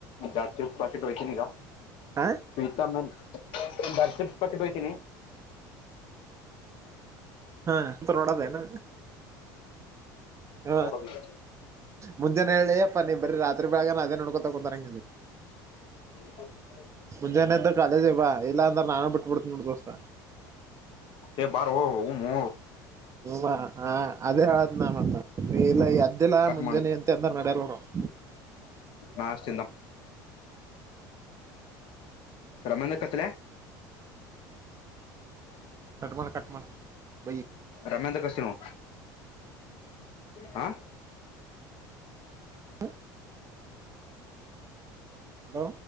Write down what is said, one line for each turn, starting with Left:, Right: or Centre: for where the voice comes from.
Left: ಚಾರ್ ಚಿಸ್ ಪಾಕೆಟ್ ವಯತನಗಾ
Right: ಹ
Left: ಪ ಇತ ಮ ಬ ಚಿಪ್ಸ್ ಪಟ್ಟಿಟ್ಟ ಹಯ್ತೀನಿ
Right: ಹಾಂತ ನೋಡದನ ಹ
Left: ನೋಡೋದು ಈಗ
Right: ಮುಂಜೆಾನ ಹೇಳಿ ಅಪ್ಪ ನೀ ಬರೀ ರಾತ್ರಿ ಬೇಗನ ಅದೇ ನೋಡ್ಕೊತ ಕುಂತರಂಗ
Left: ಹ
Right: ಮುಂಜಾನೆ ಇದದ ಕಾಲೇಜ ಇಬಾ ಇಲ್ಲಾ ಅಂದ್ರ ನಾನು ಬಿಟ್ಬಿಡ್ತನಿ ನೋಡ ದೋಸ್ತ
Left: ಎ ಬಾರ ಹ ಮೂ
Right: ಹೂವಾ ಹ ಅದೇ ಹೇಳದ್ ನ ಮತ್ತ ನೀ ಇಲ್ಲ ಈ ಅದ್ದೆಿಲ್ಲಾ
Left: ಕಟ್
Right: ಮುಂಜಾನೆ ಅಂತ ಅಂದ್ರ ನಡ್ಯಲ್ಲ <inaudible>
Left: ನಾಷ್ಟ ರಮನ್ಕ್ಕಚ್
Right: ಕಟ್ಮಣ ಕಟ್ಮಣ ಬ
Left: ರಮೇಂದ್ರ ಕಸಿನ ಹಾ
Right: ಹ ಹಲೋ